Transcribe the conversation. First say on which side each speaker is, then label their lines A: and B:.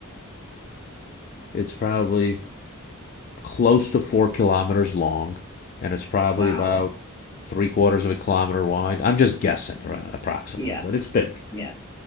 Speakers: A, on the left; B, on the left.
A: it's probably close to 4 kilometers long and it's probably
B: Wow.
A: about three quarters of a kilometer wide. I'm just guessing, right, approximately,
B: Yeah.
A: but it's big.
B: Yeah.